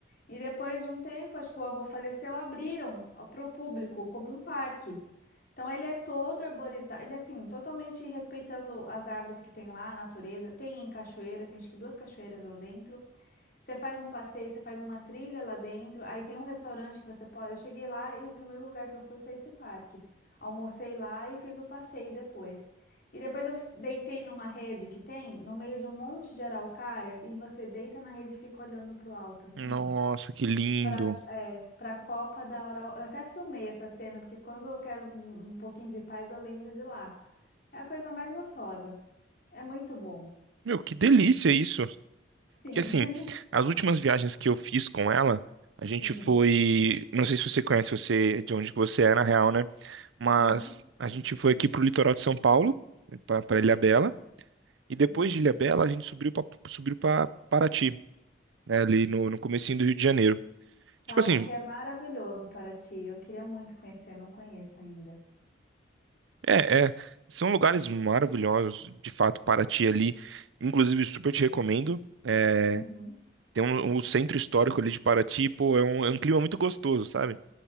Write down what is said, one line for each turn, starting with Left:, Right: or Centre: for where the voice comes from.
Left: E depois de um tempo, acho que o avô faleceu, abriram para o público como um parque. Então ele é todo arborizado, ele é assim, totalmente respeitando as árvores que tem lá, a natureza. Tem cachoeira, tem acho que duas cachoeiras lá dentro. Você faz um passeio, você faz uma trilha lá dentro, aí tem um restaurante que você pode. Eu cheguei lá e o primeiro lugar que eu fui foi esse parque. Almocei lá e fiz o passeio depois. E depois eu deitei numa rede que tem, no meio de um monte de araucária, e você deita na rede e fica olhando pro alto, assim,
Right: Nossa,
Left: ó.
Right: que lindo!
Left: Pra, é, pra Copa da Oral. Eu até filmei essa cena, porque quando eu quero um um pouquinho de paz, eu lembro de lá. É a coisa mais gostosa. É muito bom.
Right: Meu, que delícia isso!
Left: Sim.
Right: Porque assim,
Left: <laughs>
Right: as últimas viagens que eu fiz com ela, a gente
Left: Hum.
Right: foi. Não sei se você conhece você de onde que você é, na real, né? Mas
Left: Uhum.
Right: a gente foi aqui pro litoral de São Paulo, pra, pra Ilhabela, e depois
Left: Sim.
Right: de Ilhabela a gente subiu pra, subiu pra Paraty, né? Ali no, no comecinho do Rio de Janeiro.
Left: Falam
Right: Tipo assim,
Left: que é maravilhoso Paraty. Eu queria muito conhecer, não conheço ainda.
Right: É, é, são lugares maravilhosos, de fato, Paraty ali. Inclusive, super te recomendo. É,
Left: Uhum.
Right: tem um, um centro histórico ali de Paraty, pô, é um, é um clima muito gostoso, sabe?